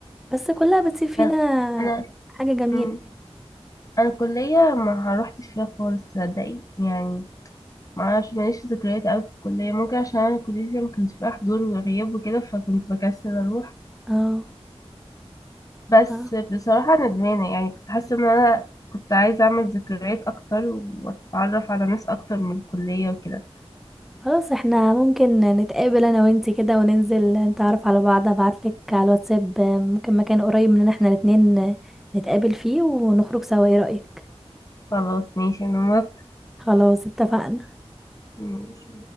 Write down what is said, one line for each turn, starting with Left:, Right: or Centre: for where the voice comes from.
Centre: بس كلها بتسيب فينا
Left: انا انا
Centre: حاجة جميلة
Left: مم. أنا الكليه ما روحتش فيها خالص صدقي يعني ما اعرفش ماليش ذكريات قوي في الكليه ممكن عشان انا كليتي ما كانش فيها حضور وغياب وكده فكنت بكسل اروح
Centre: اه
Left: بس
Centre: ف-
Left: بصراحه ندمانه يعني كنت حاسه ان انا كنت عايزه اعمل ذكريات اكتر واتعرف على ناس اكتر من الكليه وكده
Centre: خلاص احنا ممكن نتقابل انا وانتي كده وننزل نتعرف على بعض ابعتلك على الواتساب ممكن مكان قريب مننا احنا الاتنين نتقابل فيه ونخرج سوا ايه رأيك
Left: خلاص ماشي انا موافقه
Centre: خلاص اتفقنا
Left: ماشي.